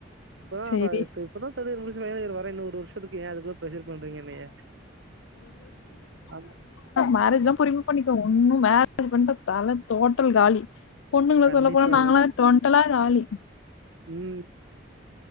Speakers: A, on the right; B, on the left.
A: இப்பதா
B: சேரி
A: த இப்பதா தேர்டியர் முடிச் தேடியர் வர இன்னொ ஒரு வருஷத்துக்கு ஏ அதுக் ப்ரஷர் பன்றீங்க என்னைய ஆம்
B: மேரேஜ்ல்லா பொறுமியா பண்ணிக்கோ ஒன்னு மேரேஜ் பண்ட்டா தல தோ டோட்டல் காலி பொண்ணுங்கள
A: கண்டிப்பா,
B: சொல்ல போனா நாங்களா டொன்ட்டலா காலி
A: உம்